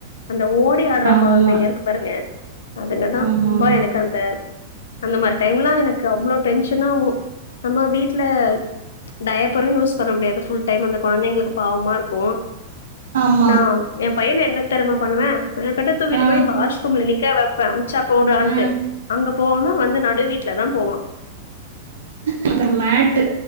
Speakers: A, on the left (about 80°); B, on the right (about 90°).
A: அந்த ஓடி ஆடுற
B: ஆமா
A: கொழந்தைங்க இருக்கு பாருங்க அதுங்கதா
B: ஆமா
A: ம்பா
B: ஆமா
A: எனக்கு அந்த அந்த மாரி டைம்லா எனக்கு அவ்ளோ டென்ஷனாவு நம்ம வீட்ல டயப்பரு யூஸ் பண்ண முடியாது ஃபுல் டைம் அந்த கொழந்தைங்களுக்கு பாவமா இருக்கு
B: ஆமா
A: நா எ பையன என்ன தெறிமா பண்ணுவ மெனக்கிட்டு தூக்கிட்டு
B: ஆ
A: போய் வாஷ்ரூம்ல நிக்க வெப்பே உச்சா போடான்ட்டு
B: ஆ
A: அங்க போவாம வந்து நடு வீட்ல தா போவா
B: அந்த மேட்